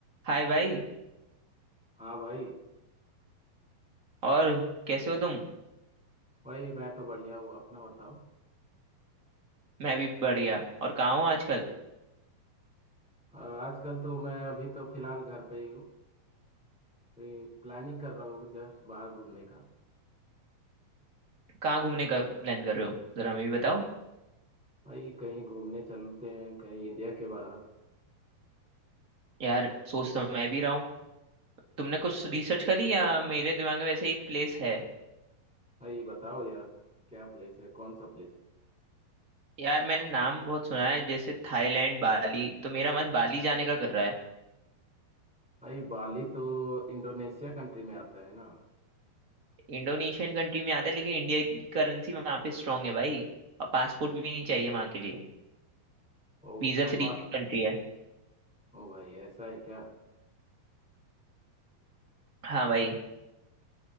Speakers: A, on the right; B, in the centre.
A: हाय भाई
B: हाँ भाई
A: और कैसे हो तुम
B: भाई मैं तो बढ़िया हूँ अपना बताओ
A: मैं भी बढ़िया और कहाँ हो आजकल
B: अ, आजकल तो मैं अभी तो फिलहाल घर पे ही हूँ प्लानिंग कर रहा हूँ जस्ट बाहर घूमने का
A: कहाँ घूमने का प्लान कर रहे हो जरा हमें भी बताओ
B: भाई कहीं घूमने चलते हैं कहीं इंडिया के बाहर
A: यार सोच तो मैं भी रहा हूँ तुमने कुछ रिसर्च करी या मेरे दिमाग में वैसे एक प्लेस है
B: भाई बताओ यार क्या प्लेस है कौन सा प्लेस
A: यार मैंने नाम बहुत सुना है जैसे थाईलैंड बाली तो मेरा मन बाली जाने का कर रहा है
B: भाई बाली तो इंडोनेशिया कंट्री में आता है ना
A: इंडोनेशियन कंट्री में आता है लेकिन इंडिया की करेंसी वहाँ पे स्ट्रांग है भाई और पासपोर्ट भी नहीं चाहिए वहाँ के लिए
B: ओ
A: वीजा
B: अपा
A: फ्री कंट्री है
B: ओ भाई ऐसा है क्या
A: हाँ भाई